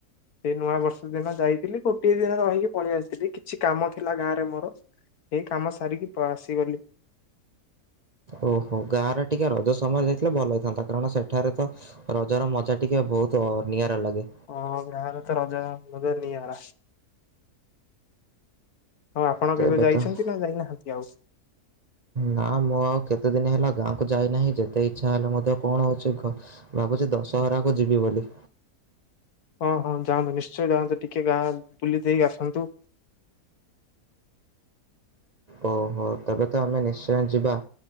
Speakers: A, on the left; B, on the right.
A: ସେ ନୂଆ ବର୍ଷ ଦିନ ଯାଇଥିଲି। ଗୋଟିଏ ଦିନ ରହିକି ପଳେଇ ଆସିଥିଲି। କିଛି କାମ ଥିଲା ଗାଁ ରେ ମୋର। ଏଇ କାମ ସାରିକି ପା ଆସିଗଲି।
B: ଓହୋଃ। ଗାଁ ରେ ଟିକେ ରଜ ସମୟରେ ଯାଇଥିଲେ ଭଲ ହେଇଥାନ୍ତା। କାରଣ ସେଠାରେ ତ ରଜର ମଜା ଟିକେ ବୋହୁତ୍ ଅ ନିଆରା ଲାଗେ।
A: ହଁ ଗାଁରେ ତ ରଜ ମଜା ନିଆରା। ହଁ ଆପଣ
B: ତ
A: କେବେ
B: ଏବେ
A: ଯାଇଛନ୍ତି
B: ତ
A: ନା ଯାଇନାହାନ୍ତି ଆଉ?
B: ନା ମୁଁ ଆଉ କେତେ ଦିନ ହେଲା ଗାଁକୁ ଯାଇ ନାହିଁ। ଯେତେ ଇଚ୍ଛା ହେଲେ ମଧ୍ୟ କଣ ହଉଛି ଭାବୁଛି ଦଶହରାକୁ ଯିବି ବୋଲି।
A: ହଁ ହଁ, ଯାଆନ୍ତୁ ନିଶ୍ଚୟ ଯାଆନ୍ତୁ। ଟିକେ ଗାଁ ବୁଲି ଦେଇ ଆସନ୍ତୁ।
B: ଓହୋଃ, ତେବେ ତ ଆମେ ନିଶ୍ଚୟ ଯିବା।